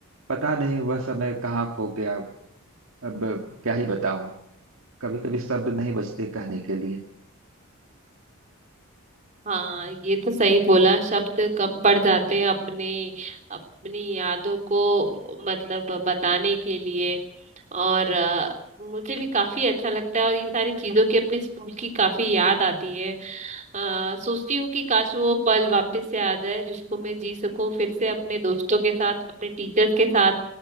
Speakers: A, on the right (about 65°); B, on the right (about 35°).
A: पता नहीं वह समय कहाँ खो गया अब क्या ही बताऊं कभी कभी शब्द नहीं बचते कहने के लिए
B: हाँ ये तो सही बोला शब्द कम पड़ जाते हैं अपने अपनी यादों को मतलब बताने के लिए और अ, मुझे भी काफी अच्छा लगता है और ये सारी चीजों की अपने स्कूल की काफी याद आती है अ, सोचती हूँ कि काश वो पल वापस से आ जाए जिसको मैं जी सकूं फिर से अपने दोस्तों के साथ अपने टीचर्स के साथ